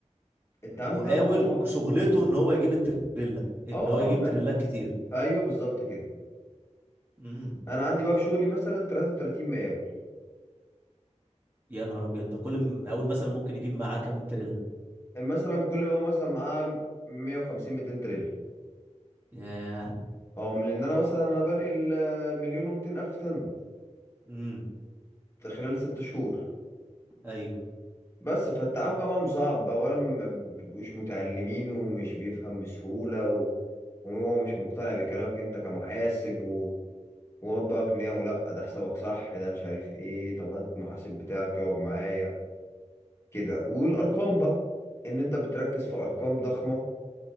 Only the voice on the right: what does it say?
مقاول
شغلته ان هو يجيب التريلا ان
هو يجيب
تريلات كتير
امم
يا نهار ابيض ده كل مقاول مثلا ممكن يجيب معاه كام تريلا
ياه
امم
ايوه